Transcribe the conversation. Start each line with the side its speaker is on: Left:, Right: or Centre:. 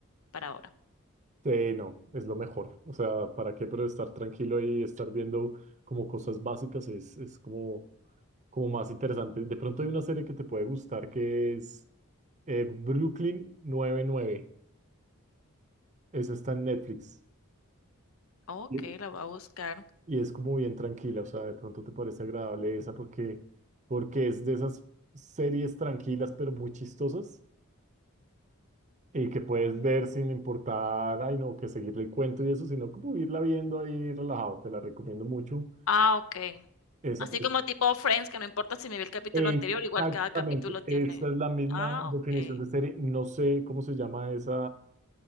Left: para ahora.
Right: Eh, no, es lo mejor. O sea, ¿para qué? Pero estar tranquilo y estar viendo como cosas básicas es, es como, como más interesante. De pronto hay una serie que te puede gustar que es eh, Brooklyn 99. Eso está en Netflix
Left: Ok,
Right: Sí.
Left: la voy a buscar.
Right: y es como bien tranquila. O sea, de pronto te parece agradable esa porque, porque es de esas series tranquilas pero muy chistosas y que puedes ver sin importar, ay no, que seguirle el cuento y eso, sino como irla viendo ahí relajado. Te la recomiendo mucho.
Left: Ah, ok.
Right: Esa-
Left: Así como tipo Friends, que no importa si me vi el capítulo
Right: exactamente,
Left: anterior, igual cada capítulo tiene.
Right: esa es la misma
Left: Ah,
Right: definición
Left: ok.
Right: de serie. No sé cómo se llama esa,